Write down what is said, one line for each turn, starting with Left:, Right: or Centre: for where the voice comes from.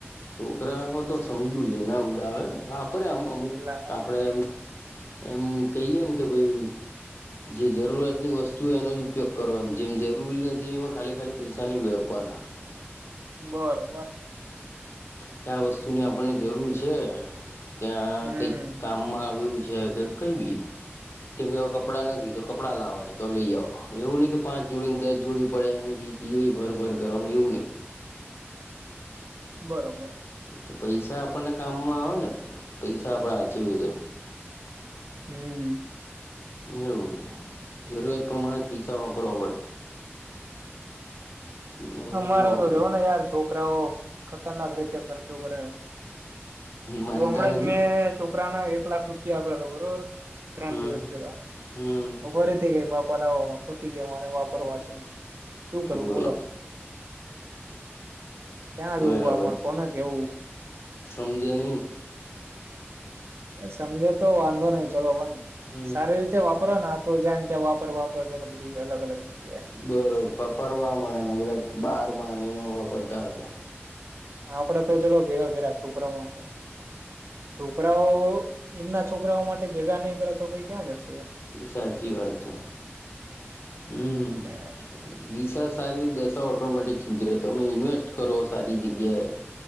Left: છોકરાઓ તો સમજુ છે ના. બ આવે વાપરે એમ અમુક
Right: એટલા
Left: આપણેે એમ. એમ કહીએ ને કે ભાઈ જે જરૂરતની વસ્તુય એનો જ. ઉપયોગ કરો એમ જેમ જરૂરી નથી એમાં ખાલી ખાલી પૈસા નહીં વળવવાના.
Right: બરોબર.
Left: કે આ વસ્તુની આપણને જરૂર છે કે્યા
Right: હમ
Left: કઈક કામમાં આવું છે. છેદ કઈવીી. કેમ કે હવે કપડાં નથી તો કપડાં લાવાય તો લઈ આવો એવું નહી કે પાંચ જોડીને દસ જોડી પડે અને બી ભર ભર કરવાની એવું નહી.
Right: બરોબર.
Left: તો પૈસા આપણને કામમાં આવેને પૈસા આપડે હાચવીધો.
Right: હમ.
Left: એવું છે જરૂરિયાત પ્રમાણે જ પીસા વાપરવા પડે. <inaudible>
Right: અમારા
Left: એમ ના વપરાય
Right: તો જોવોને યાર છોકરાઓ ખતરનાક રીતે ખર્ચો કરે.
Left: માનતા
Right: એ હમણાં
Left: નથી
Right: જ મેં છો પરાના એક લાખ રૂપિયા આપ્યા તો બરોબર ત્રણ
Left: હમ
Right: દિવસ પેલા
Left: હમ
Right: ફરીથી બા પલા ખોટી ગ મારે વાપરવા છે. શું કરવું
Left: બોલો.
Right: ક્યાં
Left: બરાબર.
Right: જવું આમાં કોને કેવું
Left: સમજે નહી.
Right: સમજો તો વાંધો નય ચલો પણ
Left: હમ
Right: સારી રીતે વાપરોને તો જ્યા વાપર વાપર અધી અલગ અલગ જ.
Left: બરોબર, ફરવાવામાં અને બધા બારમાં એમાં વાપરતા હશે.
Right: આપડે તો ચલો ભેગા કયરા છોકરાઓ માટે છોકરાઓ એમના છોકરાઓ માટે ભેગા નઈ કરે તો ભાઈ ક્યાં જશે.
Left: સાચી વાત છે. હમ,
Right: એટલે
Left: દિસા સારી દશા ઓટોમેટિક સુધરે તમે ઇન્વેસ્ટ કરો સારી જગ્યાએ